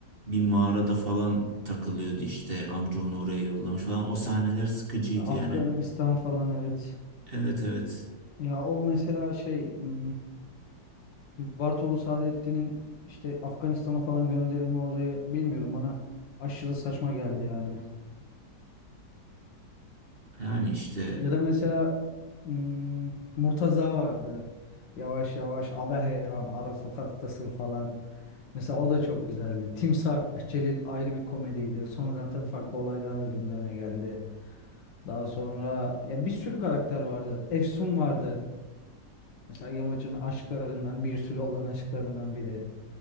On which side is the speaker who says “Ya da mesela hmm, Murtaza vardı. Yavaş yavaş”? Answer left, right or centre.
Left